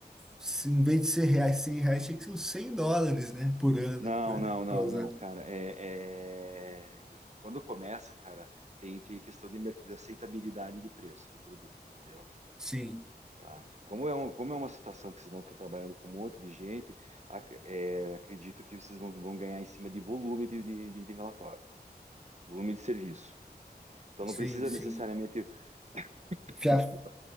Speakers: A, in the centre; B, on the right.
A: se em vez de ser reais cem reais tinha que ser uns 100 dólares né por ano
B: Não, não, não,
A: para usar
B: não, cara. É, é- Quando começa, cara, tem, tem questão de, merc- de aceitabilidade de preço de produto, entendeu?
A: sim
B: Tá? Como é, um, como é uma situação que vocês vão estar trabalhando com um monte de gente, ac- é, acredito que vocês vão, vão ganhar em cima de volume de, de- de- de relatório, volume de serviço. Então não
A: sim
B: precisa
A: sim
B: necessariamente, <coughs> <clears throat>
A: enfiar
B: desculpa,